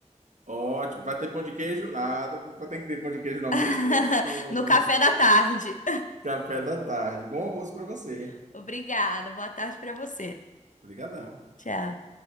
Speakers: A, on the right; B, on the left.
A: Ótimo. Vai ter pão de queijo? Nada. Vai ter que ter pão de queijo no almoço?
B: <laughs>
A: Quando é que vocês tomam o
B: No
A: almoço?
B: café da tarde.
A: <laughs> Café da tarde. Bom almoço para você.
B: <laughs> Obrigada. Boa tarde pra você.
A: Obrigadão.
B: Tchau.